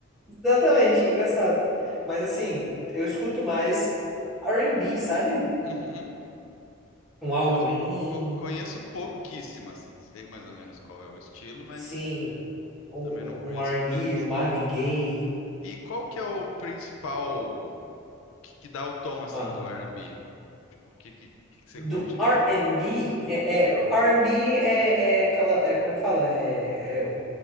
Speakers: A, in the centre; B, on the left.
A: Exatamente, engraçado. Mas, assim, eu
B: E
A: escuto mais R&B, sabe?
B: uhum.
A: Um Al
B: Eu
A: Green,
B: co- co- conheço pouquíssimo, assim. Sei mais ou menos qual é o estilo, mas
A: sim, um,
B: também
A: um
B: não conheço
A: um R&B,
B: tanto, assim.
A: o Marvin Gaye.
B: E qual que é o principal que, que dá o tom, assim,
A: ah,
B: do R&B? Tipo, o que, que, que que você
A: Do
B: curte nele?
A: R&B, é, é, R&B é, é aquela, é, como é que fala? É, é